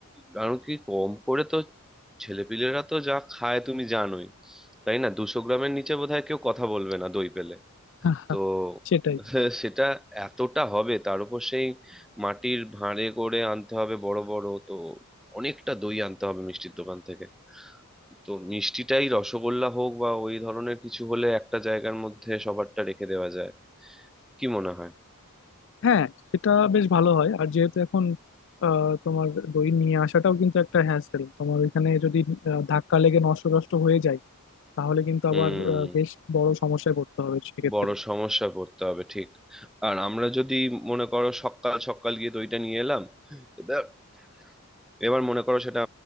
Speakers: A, in the centre; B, on the left.
A: কারণ কি কম করে তো ছেলেপিলেরা তো যা খায় তুমি জানোই তাই না দুশো গ্রামের নিচে বোধহয় কেউ কথা বলবে না দই পেলে
B: <laughs>
A: তো
B: সেটাই
A: <laughs> সেটা এতটা হবে তার উপর সেই মাটির ভাঁড়ে করে আনতে হবে বড় বড় তো অনেকটা দই আনতে হবে মিষ্টির দোকান থেকে তো মিষ্টিটাই রসগোল্লা হোক বা ওই ধরনের কিছু হলে একটা জায়গার মধ্যে সবারটা রেখে দেওয়া যায় কি মনে হয়
B: হ্যাঁ সেটা বেশ ভালো হয় আর যেহেতু এখন আহ, তোমার দই নিয়ে আসাটাও কিন্তু একটা হ্যাসেল তোমার ওইখানে যদি আহ, ধাক্কা লেগে নষ্ট নষ্ট হয়ে যায় তাহলে কিন্তু
A: হুম
B: আবার আহ, বেশ বড় সমস্যায় পড়তে হবে সেক্ষেত্রে
A: বড় সমস্যা করতে হবে ঠিক আর আমরা যদি মনে করো সকাল সকাল গিয়ে দইটা নিয়ে এলাম এবার এবার মনে করো সেটা